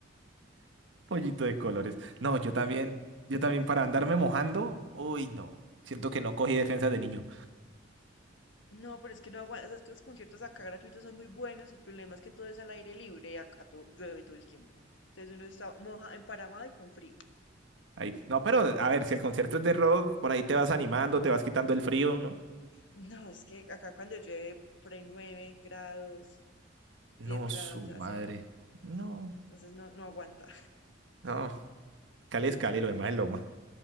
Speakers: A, on the right (about 70°); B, on the left (about 70°).
A: Pollito de colores. No, yo también, yo también para andarme mojando, uy, no. Siento que no cogí defensa de niño.
B: No, pero es que no aguanta, sabes que los conciertos acá gratuitos son muy buenos, el problema es que todo es al aire libre y acá todo, llueve todo el tiempo. Entonces uno está moja, emparamado y con frío.
A: Ahí- no, pero a ver, si el concierto es de rock, por ahí te vas animando, te vas quitando el frío, ¿no?
B: No, es que acá cuando llueve por ahí 9 grados,
A: No,
B: 10 grados
A: su
B: hace,
A: madre. No,
B: entonces no, no aguanta.
A: no. Cali es Cali, lo demás es Loma.